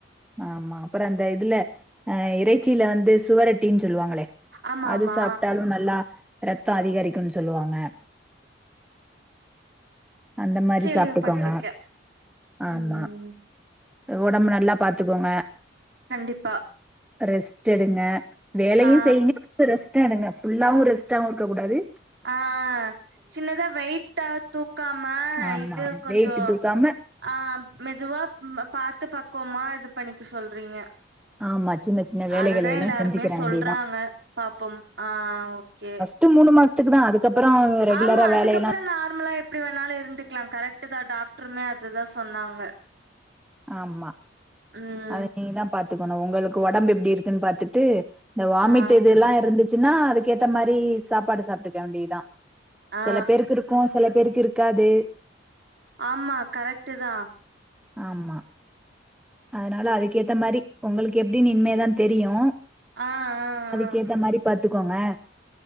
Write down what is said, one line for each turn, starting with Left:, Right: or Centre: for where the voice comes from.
Centre: ஆமா அப்பறொ அந்த இதுல அ இறைச்சில வந்து சுவரொட்டினு சொல்லுவாங்களே
Right: ஆமா
Centre: அது
Right: ஆமா
Centre: சாப்ட்டாலு நல்லா ரத்தோ அதிகரிக்குனு சொல்வாங்க அந்த மாதிரி
Right: கேள்விப்பட்டிருக்கே
Centre: சாப்ட்டுக்கோங்க ஆமா
Right: ம்
Centre: ஒடம்பு நல்லா பாத்துக்கோங்க
Right: கண்டிப்பா
Centre: ரெஸ்ட் எடுங்க வேலயு
Right: ஆ
Centre: செய்ங்க ரெஸ்டு எடுங்க ஃபுல்லாவு ரெஸ்டாவு இருக்ககூடாது
Right: ஆ சின்னதா வெயிட்டா தூக்காம
Centre: ஆமா
Right: இது கொஞ்சோ
Centre: வெயிட்டு தூக்காம
Right: ஆ மெதுவா பாத்து பக்குவமா இது பண்ணிக்க சொல்றீங்க
Centre: ஆமா சின்ன சின்ன வேலைகளை
Right: அதுதா
Centre: எல்லா
Right: எல்லாருமே
Centre: செஞ்சுக்கிற
Right: சொல்றாங்க
Centre: வேண்டியதா
Right: பாப்போம் ஆ ஓகே
Centre: து மூனு மாசத்துக்கு தா அதுக்கப்றோ ரெகுலரா
Right: ஆமா அதுக்கப்புறோ
Centre: வேலயெல்லா
Right: நார்மலா எப்டி வேணாலு இருந்துக்கலா கரெக்ட் தா டாக்டருமே அதுதா சொன்னாங்க
Centre: ஆமா
Right: ம்
Centre: அத நீங்க தா பாத்துக்கணு உங்களுக்கு உடம்பு எப்டி இருக்குன்னு பாத்துட்டு இந்த வாமிட்
Right: ஆ
Centre: எதுல்லா இருந்து இதுனா அதுக்கேத்த மாரி சாப்பாடு சாப்ட்டுக்க வேண்டியதுதா
Right: ஆ ஆ
Centre: சில பேர்க்கு இருக்கு சில பேர்க்கு இருக் காது
Right: ஆமா கரெக்ட்டு தா
Centre: ஆமா அதனால அதுக்கேத்த மாரி உங்களுக்கு எப்டினு இனிமேதா தெரியு
Right: ஆ ஆ
Centre: அதுக்கேத்த
Right: ஆ
Centre: மாரி பாத்துக்கோங்க